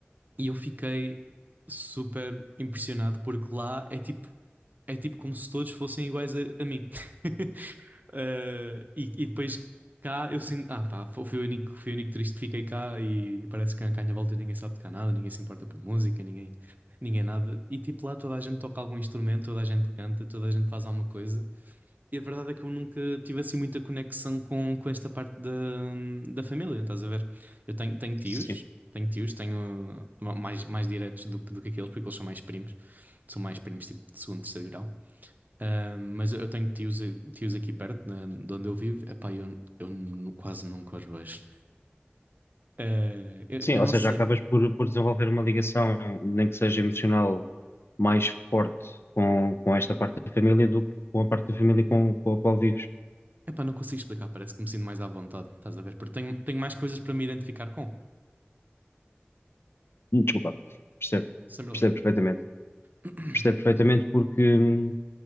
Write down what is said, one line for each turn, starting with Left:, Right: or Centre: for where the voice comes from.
Right: E eu fiquei super impressionado porque lá é tipo, é tipo como se todos fossem iguais a, a mim. <laughs> Eh, e, e depois cá eu sinto, ah pá, fui o único, fui o único triste que fiquei cá e, parece que cá à minha volta ninguém sabe tocar nada, ninguém se importa por música, ninguém, ninguém é nada. E tipo lá toda a gente toca algum instrumento, toda a gente canta, toda a gente faz alguma coisa. E a verdade é que eu nunca tive assim muita conexão com, com esta parte da, da família, estás a ver? Eu tenho, tenho tios,
Left: Sim.
Right: tenho tios, tenho ma- mais, mais diretos do, que- do que aqueles, porque eles são mais primos, são mais primos tipo de segundo, terceiro grau. Ah, mas eu tenho tios, tios aqui perto, na- de onde eu vivo, epá, eu, eu nu- quase nunca os vejo. Ah, eu,
Left: Sim,
Right: eu
Left: ou
Right: não
Left: seja,
Right: sei,
Left: acabas por, por desenvolver uma ligação, nem que seja emocional, mais forte com, com esta parte da família do que com a parte da família com, com a qual vives.
Right: epá, não consigo explicar, parece que me sinto mais à vontade, estás a ver? Porque tenho, tenho mais coisas para me identificar com,
Left: Hum, Desculpa. Percebo.
Right: sem problema.
Left: Percebo perfeitamente.
Right: <coughs>
Left: Percebo perfeitamente
Right: <clears throat>
Left: porque hum,